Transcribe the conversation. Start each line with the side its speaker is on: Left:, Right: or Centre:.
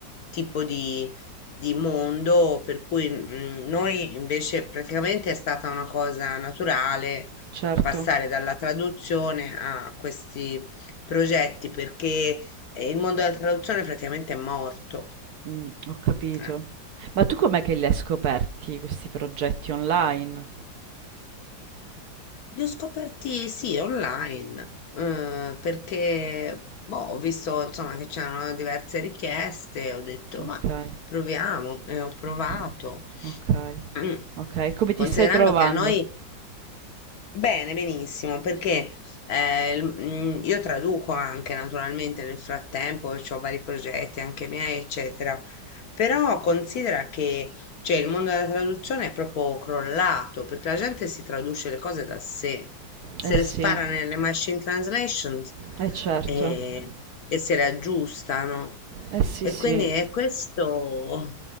Left: tipo di di mondo, per cui mm, noi invece praticamente è stata una cosa naturale
Right: Certo.
Left: passare dalla traduzione a questi progetti perché eh, il mondo della traduzione praticamente è morto.
Right: Mm, ho capito.
Left: eh.
Right: Ma tu com'è che li hai scoperti questi progetti online?
Left: Li ho scoperti sì, online, eh, perché boh, ho visto insomma che c'erano diverse richieste, ho detto
Right: Okay,
Left: ma proviamo e ho
Right: okay,
Left: provato.
Right: okay,
Left: Mm.
Right: okay. Come
Left: Considerando
Right: ti stai trovando?
Left: che a noi Bene, benissimo, perché eh, il- mm, io traduco anche naturalmente nel frattempo, ho vari progetti anche miei, eccetera, però considera che cioè, il mondo della traduzione è proprio crollato, perché la gente si traduce le cose da sé, se
Right: Eh
Left: le
Right: sì,
Left: spara nelle machine translations
Right: eh certo,
Left: eh, e se le aggiustano.
Right: eh sì,
Left: E
Right: sì,
Left: quindi è questo